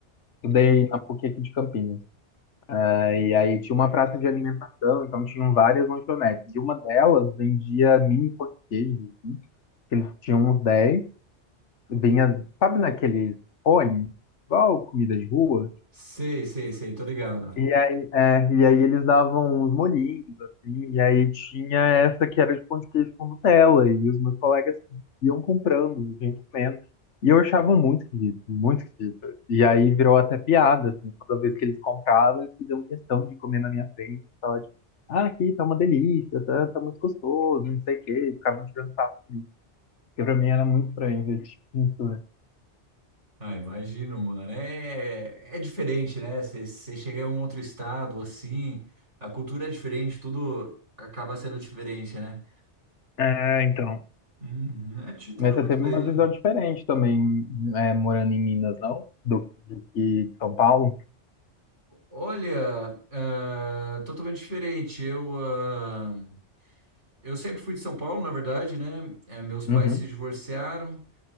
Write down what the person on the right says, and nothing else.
Sei, sei, sei, tô ligado.
Ah, imagino, mano. É, é diferente, né? Você chega em um outro estado, assim, a cultura é diferente, tudo acaba sendo diferente, né?
Uhum, é, te entendo
muito
bem.
Olha, ah, totalmente diferente. Eu, ah, eu sempre fui de São Paulo, na verdade, né? Eh, meus pais
se divorciaram,